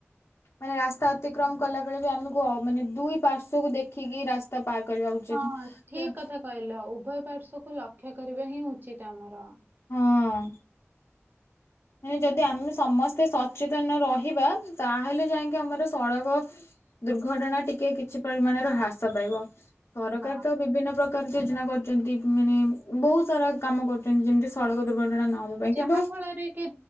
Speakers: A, on the left; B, on the right.
A: ମାନେ ରାସ୍ତା ଅତିକ୍ରମ କଲା ବେଳେ ବି ଆମକୁ ଅ ମାନେ ଦୁଇ ପାର୍ଶ୍କୁ କୁ ଦେଖି ଦେଖିକି ରାସ୍ତା ପାର କରିବା ଉଚିତ।
B: ହଁ ଠିକ କଥା କହିଲ ଉଭୟ ପାଶ୍ୱକୁ ଲକ୍ଷ୍ୟ କରିବା ହିଁ ଉଚିତ ଆମର।
A: ହଁ ଅ - ମାନେ ଯଦି ଆମେ ସମସ୍ତେ ସଚେତନ ରହିବା ତାହେଲେ ଯାଇକି ଆମର ସଡ଼କ ଦୁର୍ଘଟଣା ଟିକେ କିଛି ପରିମାଣରେ ହ୍ରାସ ପାଇବ। ସରକାର
B: ହଁ
A: ତ ବିଭିନ୍ନ ପ୍ରକାର ଯୋଜନା କରୁଛନ୍ତି ମାନେ ବହୁତ ସାରା କାମ କରୁ ଛନ୍ତି ଯେମିତି ସଡକ ଦୁର୍ଘଟଣା ନହବା ପାଇଁ
B: ଯାହା
A: କିନ୍ତୁ
B: ଫଳରେ ଦେଖ